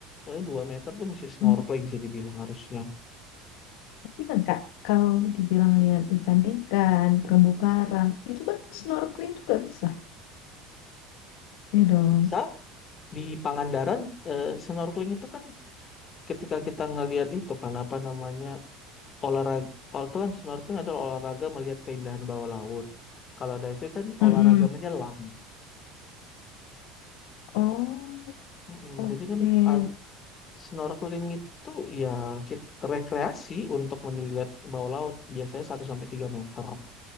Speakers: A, on the left (about 35°); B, on the left (about 75°).
A: eh, 2 meter tuh mesti snorkeling
B: Mm.
A: sih dibilang harusnya.
B: Tapi kan kak, kalau dibilang lihat ikan-ikan, terumbu karang, itu kan snorkeling juga bisa. Iya dong.
A: Bisa di Pangandaran eh, snorkeling itu kan ketika kita ngelihat itu kan apa namanya olahraga Oh, itu kan snorkeling adalah olahraga melihat keindahan bawah laut. Kalau diving kan
B: Mm-mm.
A: olahraga menyelam.
B: Oh,
A: Mm-mm,
B: oke.
A: jadi kan ah, Snorkeling itu ya kita rekreasi untuk melihat bawah laut biasanya satu sampai 3 meter.